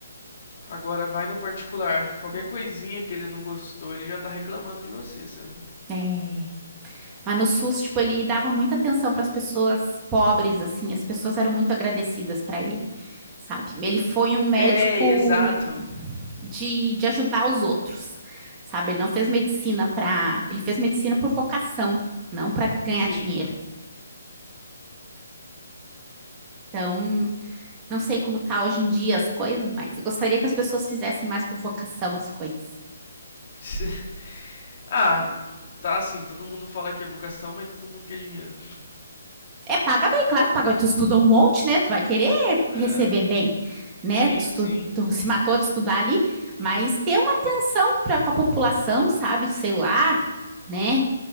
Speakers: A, on the left; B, on the right.
A: Agora vai no particular, qualquer coisinha que ele não gostou, ele já tá reclamando de você, sabe?
B: É, Mas no SUS, tipo, ele dava muita atenção para as pessoas pobres, assim, as pessoas eram muito agradecidas para ele, sabe? Ele foi um médico
A: É, exato.
B: de, de ajudar os outros, sabe? Ele não fez medicina para, ele fez medicina por vocação, não para ganhar
A: Sim.
B: dinheiro. Então, não sei como tá hoje em dia as coisas, mas eu gostaria que as pessoas fizessem mais por vocação as coisas.
A: <laughs> Ah, tá assim, todo mundo fala que é vocação, mas todo mundo quer dinheiro.
B: É, paga bem, claro que paga. Tu estuda um monte, né? Tu vai querer
A: É.
B: receber bem, né?
A: Sim,
B: Tu, estu-
A: sim.
B: tu se matou de estudar ali, mas ter uma atenção para com a população, sabe? Sei lá, né?